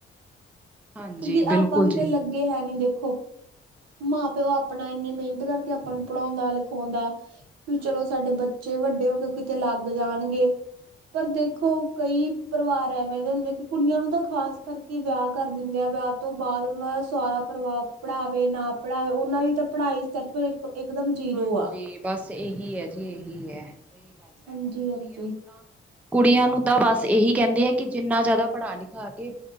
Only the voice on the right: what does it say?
ਕਿਉਂਕਿ
ਆਪਾਂ ਕਿਤੇ
ਲੱਗੇ ਹੈ ਨੀ ਦੇਖੋ ਮਾਂ ਪਿਓ ਆਪਣਾ ਇੰਨੀ ਮਿਹਨਤ ਕਰਕੇ ਆਪਾਂ ਨੂੰ ਪੜ੍ਹਾਉਂਦਾ ਲਿਖਾਉਂਦਾ ਵੀ ਚਲੋ ਸਾਡੇ ਬੱਚੇ ਵੱਡੇ ਹੋ ਕੇ ਕਿਤੇ ਲੱਗ ਜਾਣਗੇ। ਪਰ ਦੇਖੋ ਕਈ ਪਰਿਵਾਰ ਐਵੇਂ ਦੇ ਹੁੰਦੇ ਕਿ ਕੁੜੀਆਂ ਨੂੰ ਤਾਂ ਖਾਸ ਕਰਕੇ ਵਿਆਹ ਕਰ ਦਿੰਦੇ ਆ ਵਿਆਹ ਤੋਂ ਬਾਅਦ ਉਹਨਾਂ ਦਾ ਸੋਹਰਾ ਪਰਿਵਾਰ ਪੜ੍ਹਾਵੇ ਨਾ ਪੜ੍ਹਾਵੇ ਉਹਨਾਂ ਦੀ ਤਾਂ ਪੜ੍ਹਾਈ ਫਿਰ ਇੱਕ ਇੱਕਦਮ ਜੀਰੋ
ਆ
ਹਾਂਜੀ-ਹਾਂਜੀ,